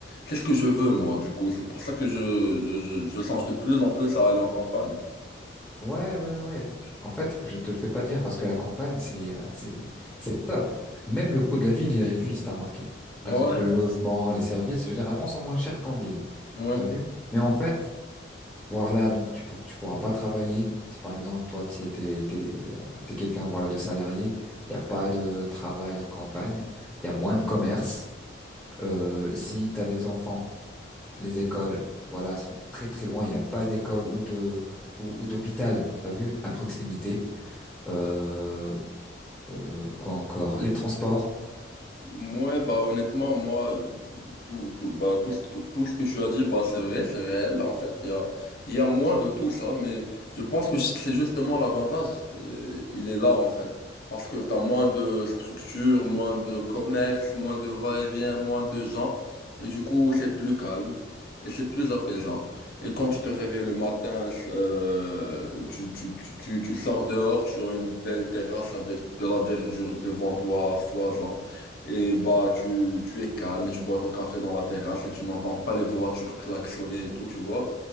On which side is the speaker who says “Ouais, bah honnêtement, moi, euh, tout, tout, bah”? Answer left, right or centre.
Left